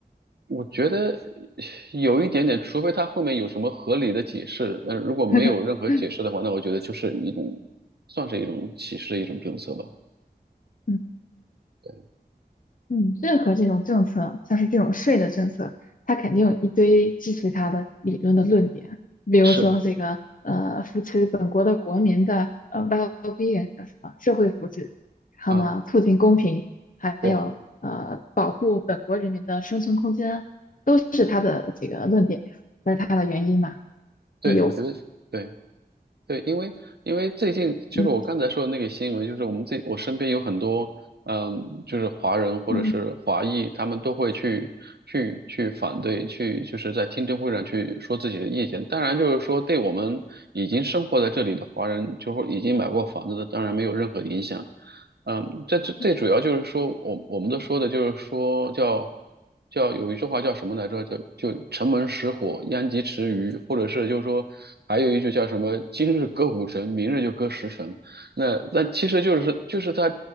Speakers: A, on the right; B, on the left.
A: 我觉得有一点点，除非他后面有什么合理的解释，那如果没有任何解释的话，
B: <laughs>
A: 那我觉得就是一种，算是一种歧视的一种政策吧。
B: 嗯
A: 对，
B: 嗯，任何这种政策，像是这种税的政策，它肯定有一堆支持它的理论的论点，比如说这个呃扶持本国的国民的呃
A: 是
B: well-being 叫什么社会福祉，然后呢促进公平，
A: 啊，
B: 还有呃保护本国人民的生存空间，
A: 对
B: 都是它的这个论点，这是它的原因嘛，
A: 对，
B: 理由。
A: 我觉得对。对，因为因为最近就是我刚才说的那个新闻，
B: 嗯
A: 就是我们这我身边有很多，嗯，就是华人或者是华裔，
B: 嗯
A: 他们都会去去去反对，去就是在听证会上去说自己的意见。当然，就是说对我们已经生活在这里的华人，就会已经买过房子的，当然没有任何影响。嗯，这这最主要就是说，
B: 嗯嗯
A: 我我们都说的就是说叫叫有一句话叫什么来着？叫就城门失火，殃及池鱼，或者是就是说还有一句叫什么？今日割五城，明日就割十城。那那其实就是就是它